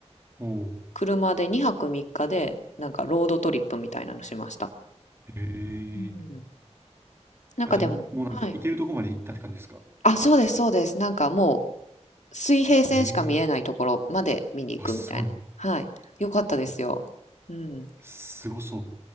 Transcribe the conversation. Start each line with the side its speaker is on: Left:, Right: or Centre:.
Right: おー。
Left: 車で2泊3日で、なんか、ロードトリップみたいなのしました。
Right: へ
Left: うん。
Right: え。
Left: なんかでも、
Right: あ、じゃあ、もうなんか、
Left: はい。
Right: 行けるとこまで行ったって感じですか
Left: あ、そうです、そうです。なんかもう、水平線しか見えないところまで見に行くみたいな。
Right: へえ。あ、すごい。
Left: はい。よかったですよ。うん。
Right: すごそう。